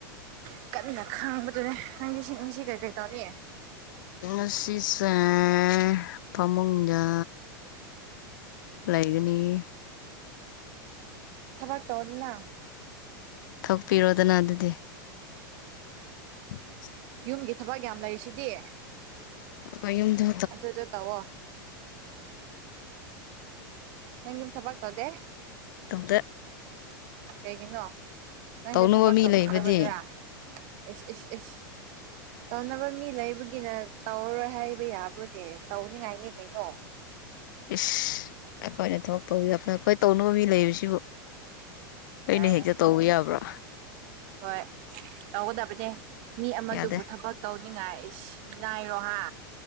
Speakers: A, on the right; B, on the left.
A: ꯏꯀꯠꯅꯤꯅ ꯈꯪꯕꯗꯨꯅꯦ ꯅꯪ ꯁꯤ ꯃꯤꯁꯤ ꯀꯩꯀꯩ ꯇꯧꯅꯤ
B: ꯎ ꯁꯤꯁꯦꯟ ꯐꯃꯨꯖꯥ ꯂꯩꯒꯅꯤ
A: ꯊꯕꯛ ꯇꯧꯗꯅ
B: ꯊꯣꯛꯄꯤꯔꯣꯗꯅ ꯑꯗꯨꯗꯤ <unintelligible>
A: ꯌꯨꯝꯒꯤ ꯊꯕꯛ ꯌꯥꯝ ꯂꯩꯔꯤꯁꯤꯗꯤ
B: ꯀꯩꯌꯨꯝꯗ
A: ꯑꯗꯨꯗ ꯇꯧꯋꯣ ꯅꯪ ꯌꯨꯝ ꯊꯕꯛ ꯇꯧꯗꯦ
B: ꯇꯨꯡꯗ
A: ꯀꯩꯒꯤꯅꯣ ꯅꯪꯁꯦ
B: ꯇꯧꯅꯕ
A: ꯊꯕꯛ
B: ꯃꯤ
A: ꯇꯧꯅꯤꯡꯗꯕꯗꯨꯔꯥ
B: ꯂꯩꯕꯗꯤ
A: ꯏꯁ ꯏꯁ ꯏꯁ ꯇꯧꯅꯕ ꯃꯤ ꯂꯩꯕꯒꯤꯅ ꯇꯧꯔꯔꯣꯏ ꯍꯥꯏꯕ ꯌꯥꯕ꯭ꯔꯨꯗꯤ ꯇꯧꯅꯤꯡꯉꯥꯏꯅꯦ ꯀꯩꯅꯣ
B: ꯏꯁ ꯑꯩꯈꯣꯏꯅ ꯊꯕꯛ ꯇꯧꯕꯤ ꯑꯩꯈꯣꯏ ꯇꯧꯅꯕ ꯃꯤ ꯂꯩꯕꯁꯤꯕꯨ ꯑꯩꯅ
A: ꯌꯥꯔꯦ
B: ꯍꯦꯛꯇ ꯇꯧꯕ ꯌꯥꯕ꯭ꯔꯥ
A: ꯍꯣꯏ ꯇꯧꯒꯗꯕꯅꯦ ꯃꯤ ꯑꯃꯗꯨꯕꯨ
B: ꯌꯥꯗꯦ
A: ꯊꯕꯛ ꯇꯧꯅꯤꯡꯉꯥꯏꯅꯥꯏꯔꯣ ꯍꯥꯏ ꯃꯤꯅꯏꯔꯦ ꯍꯥ